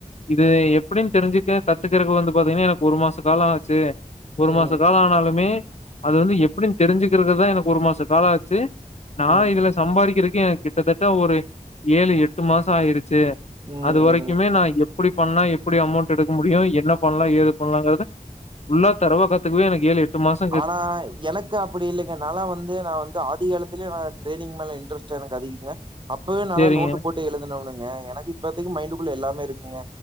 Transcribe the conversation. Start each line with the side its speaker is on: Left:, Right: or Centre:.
Left: இது எப்டின் தெரிஞ்சுக்க கத்துக்குறக்கு வந்து பாத்தீங்கனா எனக்கு ஒரு மாசோ காலோ ஆச்சு ஒரு
Right: ம்
Left: மாசோ காலோ ஆனாலுமே அது வந்து எப்டினு தெரிஞ்சுக்குறதுக்குதா எனக்கு ஒரு மாசோ காலோ ஆச்சு நா
Right: ம் ம்
Left: இதுல சம்பாரிக்கிறக்கு எனக்கு கிட்டத்தட்ட ஒரு ஏழு எட்டு மாசோ ஆயிருச்சு
Right: ம்
Left: அது வரைக்குமே
Right: ம்
Left: நா எப்டி பண்ணா எப்டி அமௌண்ட் எடுக்க முடியு என்ன பண்லா ஏது பண்லாங்கறத ஃபுல்லா தரவா கத்துக்கவே எனக்கு ஏழு எட்டு மாசோ
Right: ஆனா எனக்கு அப்டி இல்லை நாலா வந்து நா வந்து ஆதி காலத்துலயே நா ட்ரேடிங் மேல இன்ட்ரஸ்ட் எனக்கு அதிகங்க அப்பவே நாலா
Left: சரிங்க.
Right: நோட்டு போட்டு எழுதுனவனுங்க எனக்கு இப்பத்திக்கு மைண்டுக்குள்ள எல்லாமே இருக்குங்க